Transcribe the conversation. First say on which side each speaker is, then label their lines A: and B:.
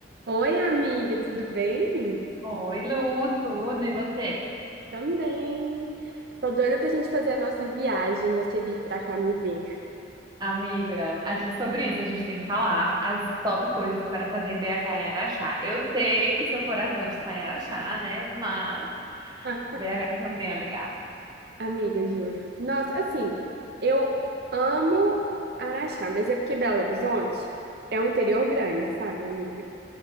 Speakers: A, on the right; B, on the right.
A: Oi, amiga, tudo bem?
B: Oi, Lu, tudo, e você?
A: Também. Tô doida pra gente fazer a nossa viagem, você vir pra cá me ver.
B: Amiga, a gente, sobre isso a gente tem que falar as top coisas para fazer em BH em Araxá. Eu sei que seu coração está em Araxá, né? Mas
A: Ah,
B: BH também é legal.
A: amiga, juro. Nossa, assim, eu amo Araxá, mas é porque Belo Horizonte é um interior grande, sabe, amiga?